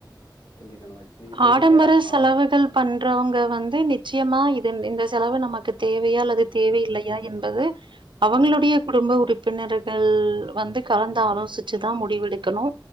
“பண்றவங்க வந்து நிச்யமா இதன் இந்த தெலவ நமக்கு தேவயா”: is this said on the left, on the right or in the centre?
Right